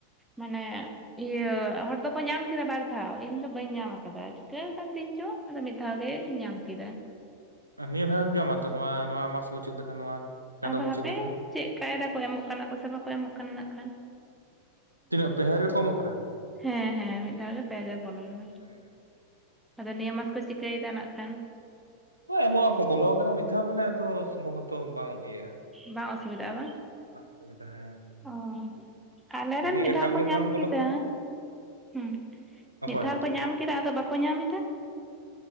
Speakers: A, in the centre; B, on the right.
A: ᱢᱟᱱᱮ ᱤᱭᱟᱹ ᱦᱚᱲ ᱫᱚᱠᱚ ᱧᱟᱢ ᱠᱮᱫᱟ ᱵᱟᱨ ᱫᱷᱟᱣ ᱤᱧ ᱫᱚ ᱵᱟᱹᱧ ᱧᱟᱢ ᱠᱟᱫᱟ ᱪᱤᱠᱟᱹ ᱠᱟᱱ ᱛᱤᱧ ᱪᱚ ᱟᱫᱚ ᱢᱤᱫ ᱫᱷᱟᱣ ᱜᱮᱧ ᱧᱟᱢ ᱠᱮᱫᱟ
B: ᱱᱤᱭᱟᱹ ᱫᱷᱟᱣᱮᱢ ᱧᱟᱢᱟ ᱛᱚ ᱱᱚᱣᱟ ᱱᱚᱣᱟ ᱢᱟᱥ ᱢᱩᱪᱟᱹᱫ ᱞᱮᱠᱷᱟᱱ ᱱᱚᱣᱟ ᱪᱟᱸᱫᱳ
A: ᱟᱫᱚ
B: ᱢᱩᱪᱟᱹᱫ
A: ᱦᱟᱯᱮ
B: ᱞᱮᱠᱷᱟᱱ
A: ᱪᱮᱫ ᱠᱟᱭᱫᱟ ᱠᱚ ᱮᱢᱚᱜ ᱠᱟᱱᱟ ᱠᱚ ᱥᱮ ᱵᱟᱠᱚ ᱮᱢᱚᱜ ᱠᱟᱱᱟ ᱱᱟᱜ ᱠᱷᱟᱱ
B: ᱛᱤᱱᱟᱹ ᱯᱮ ᱦᱟᱡᱟᱨ ᱜᱮᱠᱚ ᱮᱢᱚᱜ ᱠᱟᱱᱟ
A: ᱦᱮᱸ ᱦᱮᱸ ᱢᱤᱫ ᱫᱷᱟᱣ ᱜᱮ ᱯᱮᱦᱟᱡᱟᱨ ᱵᱚᱞᱚ ᱞᱮᱱᱟ
B: ᱦᱮᱸ
A: ᱟᱫᱚ ᱱᱤᱭᱟᱹ ᱢᱟᱥ ᱠᱚ ᱪᱤᱠᱟᱹᱭᱫᱟ ᱱᱟᱜ ᱠᱷᱟᱱ
B: ᱦᱳᱭ ᱟᱢᱳᱜ ᱟᱠᱚ ᱵᱚᱞᱚ ᱠᱟᱱᱟ ᱢᱤᱫᱷᱟᱣ ᱢᱟᱱᱮ ᱟᱫᱚ ᱥᱚᱢᱵᱷᱚᱵᱚᱛᱚ ᱵᱟᱝ ᱤᱭᱟᱹᱜᱼᱟ
A: ᱵᱟᱝ ᱚᱥᱩᱵᱤᱫᱷᱟ ᱟ ᱵᱟᱝ
B: ᱵᱟᱝ ᱚᱥᱩᱵᱤᱫᱷᱟ ᱦᱮᱸ
A: ᱚ ᱟᱞᱮ
B: ᱡᱩᱫᱤ
A: ᱨᱮᱱ ᱢᱤᱫᱼᱫᱷᱟᱣ
B: ᱮᱠᱟᱞ
A: ᱠᱚ
B: ᱜᱮ
A: ᱧᱟᱢ
B: ᱵᱟᱝ ᱵᱚᱞᱚ
A: ᱠᱮᱫᱟ
B: ᱠᱚᱜᱼᱟ
A: ᱦᱩᱸ
B: ᱚᱠᱚᱭ
A: ᱢᱤᱫ ᱫᱷᱟᱣ ᱠᱚ ᱧᱟᱢ ᱠᱮᱫᱟ ᱟᱫᱚ ᱵᱟᱠᱚ ᱧᱟᱢ ᱮᱫᱟ